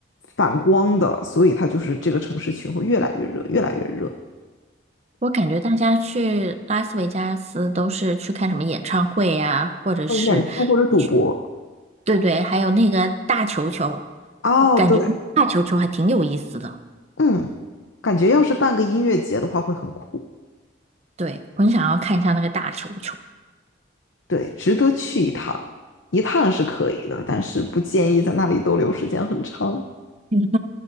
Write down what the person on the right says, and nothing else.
我感觉大家去拉斯维加斯都是去看什么演唱会呀、或者是去，
对对，还有那个大球球，
我感觉大球球还挺有意思的。
对，我很想要看一下那个大球球。
<laughs>